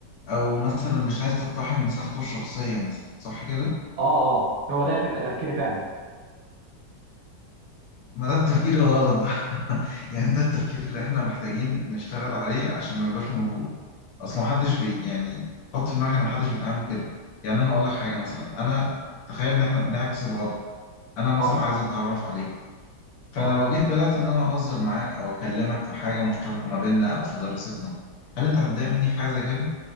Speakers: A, on the left; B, on the right.
A: أو مثلا مش عايز تقتحم مساحته الشخصية مثلا صح كده؟
B: اه اه هو ده بيبقى تفكيري فعلا
A: ما ده التفكير الغلط ده <laughs> يعني ده التفكير اللي إحنا محتاجين نشتغل عليه عشان ما يبقاش موجود أصل محدش بي يعني حط في دماغك إن محدش بيتعامل كده يعني أنا أقول لك حاجة مثلا أنا تخيل إن إحنا نعكس الوضع أنا مثلا
B: اه
A: عايز أتعرف عليك فأنا
B: اه
A: لو جيت بدأت إن أنا أهزر معاك أو أكلمك في حاجة مشتركة ما بيننا أو في دراستنا هل أنت هتضايق مني في حاجة زي كده؟